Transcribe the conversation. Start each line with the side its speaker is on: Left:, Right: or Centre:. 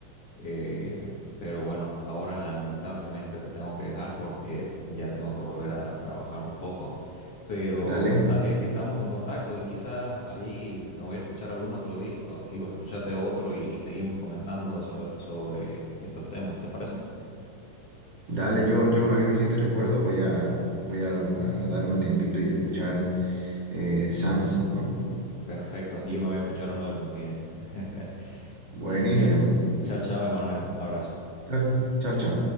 Left: Eh, pero bueno, ahora lamentablemente te tengo que dejar porque ya tengo que volver a trabajar un poco. Pero
Right: Dale,
Left: está, eh, estamos en contacto y quizás ahí me voy a escuchar algún otro disco y vos escuchate otro y, y seguimos comentando sobre, sobre estos temas, ¿te parece?
Right: dale, yo, yo más bien me hiciste recuerdo, voy a, voy a, a darme un tiempito y escuchar eh, Sanz, ¿no?
Left: Perfecto. Y yo me voy a escuchar uno de Luis Miguel. <laughs>
Right: Buenísimo.
Left: Cha- Chao, chao, Emanuel. Un abrazo.
Right: Chao, chao, chao.